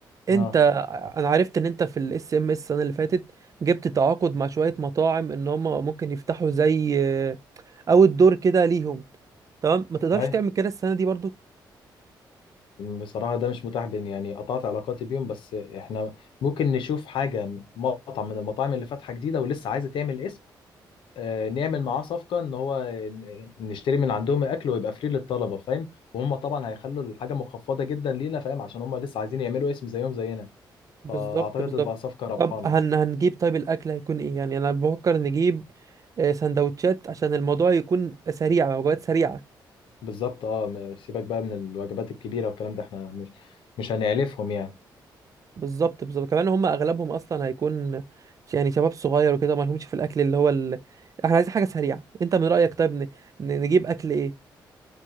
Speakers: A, on the right; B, on the left.
A: انت
B: اه
A: انا عرفت ان انت في الاس ام اس السنه اللي فاتت جبت تعاقد مع شويه مطاعم ان هم ممكن يفتحوا زي او الدور كده ليهم تمام ما تقدرش
B: أي.
A: تعمل كده السنه دي برضو
B: بصراحة ده مش متاح بين يعني قطعت علاقاتي بيهم بس احنا ممكن نشوف حاجة مطعم من المطاعم اللي فاتحة جديدة ولسه عايزة تعمل اسم آه، نعمل معاه صفقة ان هو ن- نشتري من عندهم الاكل ويبقى فري للطلبة فاهم وهم طبعا هيخلوا الحاجة مخفضة جدا لينا فاهم عشان هم لسه عايزين يعملوا اسم زيهم زينا
A: بالظبط
B: فاعتقد
A: بالظبط
B: تبقى صفقة ربحانة
A: طب هن هنجيب طيب الاكل هيكون ايه يعني انا بفكر نجيب آه، سندوتشات عشان الموضوع يكون سريع وجبات سريعه
B: بالظبط اه م- سيبك بقى من الوجبات الكبيرة والكلام ده احنا مش مش هنعلفهم يعني
A: بالظبط بالظبط كمان هم اغلبهم اصلا هيكون ش- يعني شباب صغير وكده ما لهمش في الاكل اللي هو ال... احنا عايزين حاجه سريعه انت من رايك طيب ن... ن- نجيب اكل ايه